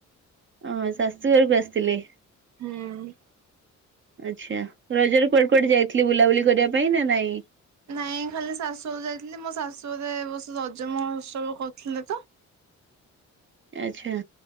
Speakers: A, on the right (about 40°); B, on the right (about 65°).
A: ଅଁ ଶାଶୁ ଘରକୁ ଆସିଥିଲେ?
B: ହୁଁ।
A: ଆଚ୍ଛା ରଜରେ କୁଆଡ କୁଆଡେ ଯାଇଥିଲେ ବୁଲାବୁଲି କରିବା ପାଇଁ ନା ନାଇଁ?
B: ନାଇଁ ଖାଲି ଶାଶୁ ଅରୁ ଯାଇଥିଲି ମୋ ଶାଶୁଅରେ ଏ ବର୍ଷ ରଜ ମହୋତ୍ସବ କରୁଥିଲେ ତ
A: ଆଚ୍ଛା।